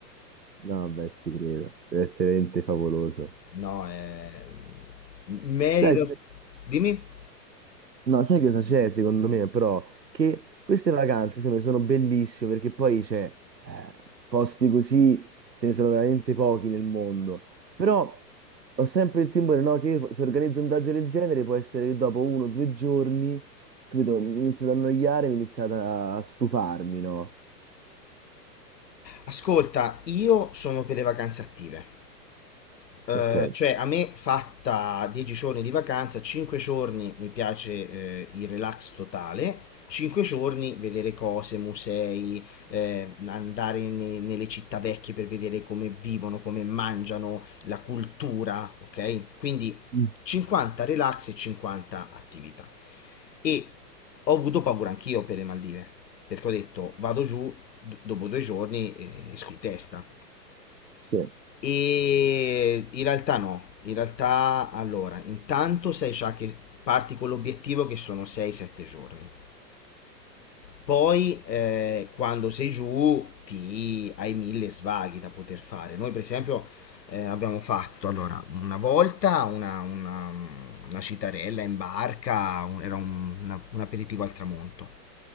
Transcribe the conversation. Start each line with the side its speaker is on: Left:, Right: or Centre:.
Right: No, beh, ci credo, deve essere veramente favoloso.
Left: No, è... merito.
Right: Sai,
Left: Dimmi.
Right: No, sai cosa c'è secondo me, però? Che queste vacanze, secondo me, sono bellissime perché poi c'è eh, posti così, ce ne sono veramente pochi nel mondo. Però ho sempre il timore, no, che io, se organizzo un viaggio del genere può essere che dopo uno o due giorni, capito, mi inizio ad annoiare, mi inizio ad- a stufarmi, no?
Left: Ascolta, io sono per le vacanze attive. Eh,
Right: Ok.
Left: cioè, a me fatta 10 giorni di vacanza, 5 giorni mi piace eh, il relax totale, 5 giorni vedere cose, musei, eh, andare ne- nelle città vecchie per vedere come vivono, come mangiano, la cultura, ok? Quindi
Right: Mm.
Left: 50 relax e 50 attività. E ho avuto paura anch'io per le Maldive, perché ho detto vado giù d- dopo due giorni e esco di testa.
Right: Sì,
Left: E in realtà no, in realtà allora, intanto sai già che parti con l'obiettivo che sono 6-7 giorni. Poi eh, quando sei giù ti hai mille svaghi da poter fare. Noi per esempio eh, abbiamo fatto allora una volta una, una, una citarella in barca, un- era un, una- un aperitivo al tramonto.